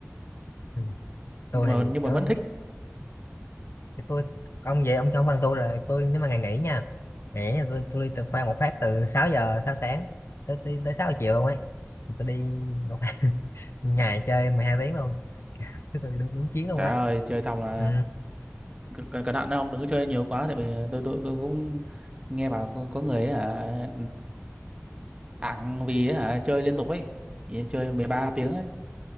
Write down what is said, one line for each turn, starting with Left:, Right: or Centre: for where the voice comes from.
Left: ừ. tôi
Right: nhưng mà
Left: thì
Right: nhưng
Left: kiểu
Right: mà vẫn thích
Left: kiểu tôi ông về ông cho ông bằng tôi rồi tôi nếu mà ngày nghỉ nha nghỉ thì tôi tôi đi từ khoan một phát từ 6 giờ 6 sáng tới tới, tới 6 giờ chiều luôn ấy tôi đi một <laughs> ngày chơi 12 tiếng luôn <laughs> Cái tôi đi đúng, đúng chiến luôn
Right: trời
Left: á
Right: ơi chơi xong là
Left: ừ.
Right: cẩn cẩn thận đấy, không đừng có chơi nhiều quá tại vì tôi tôi tôi cũng nghe bảo có, có người ấy, hả ẳng vì ấy, hả chơi liên tục ấy Vì chơi 13 tiếng ấy